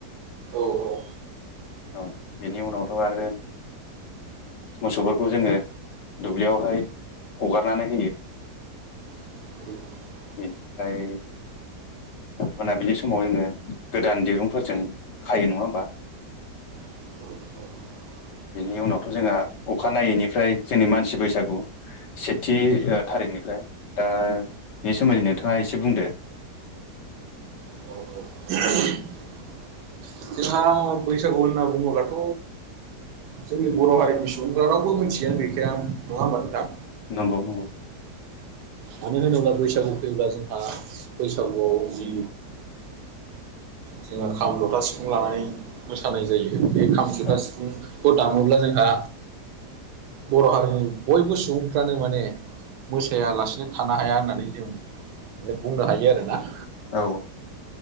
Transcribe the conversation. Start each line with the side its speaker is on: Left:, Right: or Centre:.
Right: औ औ
Left: औ बेनि उनावथ' आरो मोसौफोरखौ जोङो दुब्लियावहाय हगारनानै होयो <inaudible>
Right: <unintelligible>
Left: बेनिफ्राय मोनाबिलि समाव जोङो गोदान दिरुंफोरजों खायो नङा होमबा?
Right: औ
Left: बिनि उनावथ' जोंहा अखानायैनिफ्राय जोंनि मानसि बैसागु सेथि ओ थारिखनिफ्राय दा बेनि सोमोन्दै नोंथाङा एसे बुंदो‌
Right: औ औ <unintelligible> जोंहा बैसागु होनना बुङोब्लाथ' जोंनि बर' हारिनि सुबुंफोरा रावबो मिथियानो गैखाया नङा होमबा नोंथां?
Left: नंगौ नंगौ।
Right: मानो होनोब्ला बैसागु फैब्ला जोंहा बैसागुआव जि जोङो खाम जथा सिफुं लानानै मोसानाय जायो बे खाम जथा
Left: औ
Right: सिफुं खौ दामोब्ला जोंहा बर' हारिनि बयबो सुबुंफ्रानो माने मोसायालासिनो थानो हाया होननानै जों माने बुंनो हायो आरोना।
Left: औ